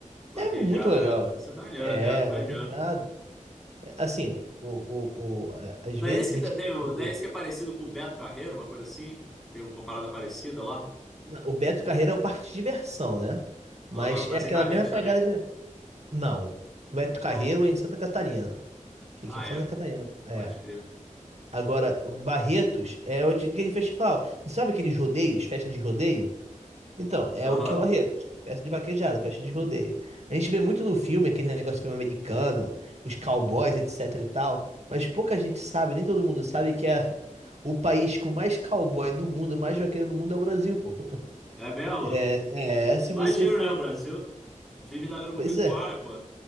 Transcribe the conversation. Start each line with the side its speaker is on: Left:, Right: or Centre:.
Centre: vaquejada,
Right: É muito legal.
Centre: né? Você tá melhor
Right: É,
Centre: até, imagina.
Right: vaquejada. É, Assim, o, o, o, a- às
Centre: Não
Right: vezes
Centre: é esse que
Right: a
Centre: te-
Right: gente
Centre: tem, o-
Right: vê.
Centre: não é esse que é parecido com o Beto Carreiro, uma coisa assim? Tem uma parada parecida lá?
Right: Não, O Beto Carreira é o parque de diversão, né? Mas
Centre: Aham, mas
Right: é aquela
Centre: é em Barretos
Right: mesma pegada
Centre: também.
Right: de. Não. Beto Carreiro
Centre: Não.
Right: é em Santa Catarina. Fica
Centre: Ah,
Right: em Santa
Centre: é.
Right: Catarina. É.
Centre: Pode crer.
Right: Agora, Barretos é onde, aquele festival. Sabe aqueles rodeios, festa de rodeio? Então, é
Centre: Aham.
Right: o que é Barretos. Festa de vaquejada, festa de rodeio. A gente vê muito no filme, aquele negócio de filme americano, os cowboys, etc e tal. Mas pouca gente sabe, nem todo mundo sabe que é o país com mais cowboy no mundo, mais vaqueiro no mundo é o Brasil, pô.
Centre: É mesmo?
Right: É, é, se você
Centre: Mais giro,
Right: foi.
Centre: né? O Brasil vive da agropecuária,
Right: Pois é.
Centre: pô.